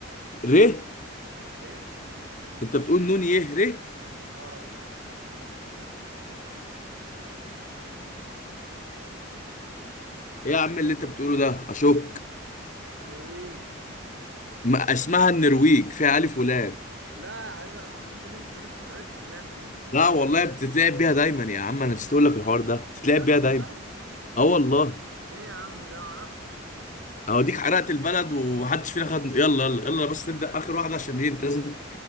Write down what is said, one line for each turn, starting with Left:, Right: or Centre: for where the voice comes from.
Left: ر
Right: <laughs> اه ايه
Left: انت بتقول نون يه ر ايه
Right: اه
Left: يا عم اللي انت بتقوله ده اشك
Right: نرويج
Left: ما اسمها النرويج فيها الف ولام
Right: لا يا حبيبي المفروض بنم- بنشطب الألف واللام دي
Left: لا والله بتتلعب بيها دايما يا عم انا نسيت اقول لك الحوار ده بتتلعب
Right: بجد
Left: بيها
Right: والله
Left: دايما اه والله
Right: ايه يا عم ده معرفش
Left: اوديك حرقت البلد ومحدش فينا خد يلا يلا يلا بس نبدأ اخر واحدة عشان ايه انت لازم